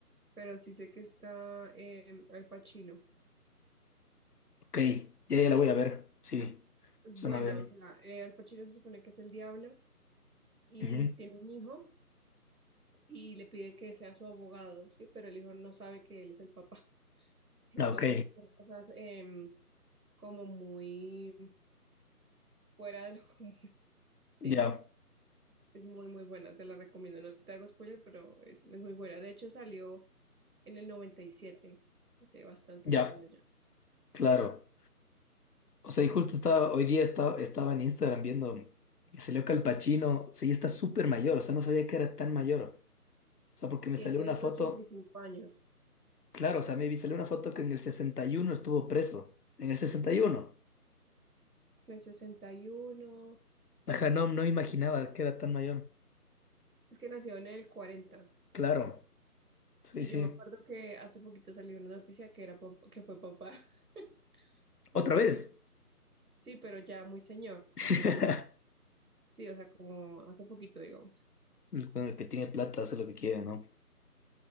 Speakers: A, on the right (about 75°); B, on the left (about 75°).
A: pero sí sé que está eh, Al Pacino.
B: ok, ya, ya la voy a ver. Sí,
A: Es
B: suena
A: buena,
B: bien.
A: o sea, eh, Al Pacino se supone que es el diablo y
B: Ujú.
A: tiene un hijo y le pide que sea su abogado, ¿sí? Pero el hijo no sabe que él es el papá. <laughs> Entonces,
B: Ah, Ok,
A: son cosas em, como muy fuera de lo <laughs> común, ¿sí?
B: ya,
A: Es muy, muy buena, te la recomiendo. No te hago spoiler, pero es, es muy buena. De hecho, salió. en el 97, hace bastantes
B: ya,
A: años ya.
B: claro. O sea, y justo estaba, hoy día estaba, estaba en Instagram viendo, y salió que Al Pacino, o sea, ya está súper mayor, o sea, no sabía que era tan mayor. O sea, porque
A: Tiene
B: me salió una foto,
A: ochenta y cinco años.
B: claro, o sea, me vi, salió una foto que en el 61 estuvo preso. En el 61,
A: En el 61.
B: Ajá, no, no me imaginaba que era tan mayor.
A: es que nació en el 40.
B: Claro. Sí,
A: Y
B: sí.
A: yo me acuerdo que hace poquito salió una noticia que era pap- que fue papá. <laughs> Entonces,
B: Otra
A: te
B: vez.
A: imaginas. Sí, pero ya muy señor, como,
B: <laughs>
A: sí, o sea, como hace poquito, digamos,
B: Con el que tiene plata hace lo que quiere, ¿no?